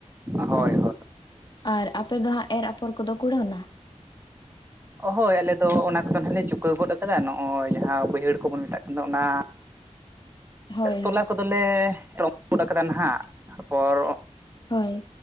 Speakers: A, on the right; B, on the left.
A: ᱦᱳᱭ ᱾
B: ᱟᱨ ᱟᱯᱮ ᱫᱚ ᱦᱟᱸᱜ ᱮᱨ ᱟᱯᱚᱨ ᱠᱚᱫᱚ ᱠᱩᱲᱟᱹᱣᱱᱟ?
A: ᱦᱳᱭ ᱟᱞᱮ ᱫᱚ ᱚᱱᱟ ᱠᱚᱫᱚ ᱱᱟᱦᱟᱜ ᱞᱮ ᱪᱩᱠᱟᱹᱣ ᱜᱚᱫ ᱠᱟᱫᱟ, ᱱᱚᱜᱼᱚᱭ ᱡᱟᱦᱟᱸ ᱵᱟᱹᱭᱦᱟᱹᱲ ᱠᱚᱵᱚᱱ ᱢᱮᱛᱟᱜ ᱠᱟᱱᱟ ᱚᱱᱟ
B: ᱦᱳᱭ
A: ᱛᱚᱞᱟ
B: ᱦᱳᱭ
A: ᱠᱚᱫᱚᱞᱮ <unintelligible> ᱜᱚᱫ ᱠᱟᱫᱟ ᱱᱟᱦᱟᱜ ᱛᱟᱨᱯᱚᱨ
B: ᱦᱳᱭ ᱾